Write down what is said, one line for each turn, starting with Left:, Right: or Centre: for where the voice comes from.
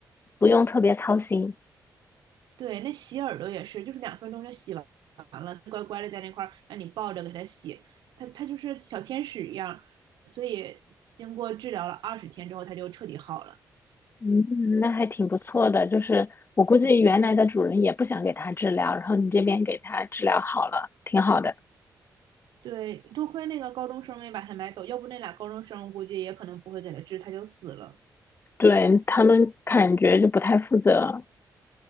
Left: 不用特别操心。
Right: 对，那洗耳朵也是，就是两分钟就洗完完了，乖乖的在那块儿让你抱着给它洗，它它就是小天使一样，所以经过治疗了二十天之后，它就彻底好了。
Left: 嗯，那还挺不错的。就是我估计原来的主人也不想给他治疗，然后你这边给他治疗好了，挺好的。
Right: 对，多亏那个高中生没把它买走，要不那俩高中生估计也可能不会给它治，它就死了。
Left: 对，他们感觉就不太负责，